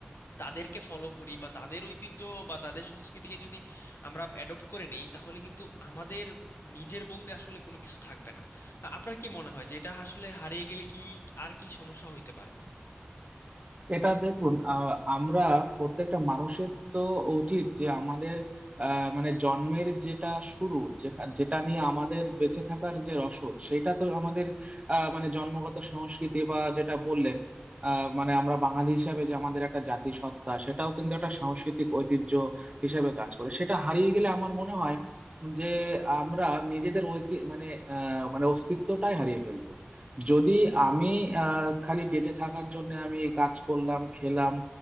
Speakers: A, on the left; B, on the right.
A: তাদেরকে ফলো করি বা তাদের ঐতিহ্য বা তাদের সংস্কৃতিকে যদি আমরা অ্যাডপ্ট করে নেই তাহলে কিন্তু আমাদের নিজের বলতে আসলে কোনো কিছু থাকবে না আ- আপনার কি মনে হয় যে এটা আসলে হারিয়ে গেলে কি আর কি সমস্যা হইতে পারে
B: এটা দেখুন আহ, আমরা প্রত্যেকটা মানুষের তো উচিত যে আমাদের আহ, মানে জন্মের যেটা শুরু যেখা- যেটা নিয়ে আমাদের বেঁচে থাকার যে রসদ সেটা তো আমাদের আহ, মানে জন্মগত সংস্কৃতি বা যেটা বললেন আহ, মানে আমরা বাঙালি হিসাবে যে আমাদের একটা জাতিসত্তা সেটাও কিন্তু একটা সাংস্কৃতিক ঐতিহ্য হিসাবে কাজ করে সেটা হারিয়ে গেলে আমার মনে হয় যে আমরা নিজেদের ঐতি মানে আহ, মানে অস্তিত্বটাই হারিয়ে ফেলবো যদি আমি আহ, খালি বেঁচে থাকার জন্য আমি এই কাজ করলাম খেলাম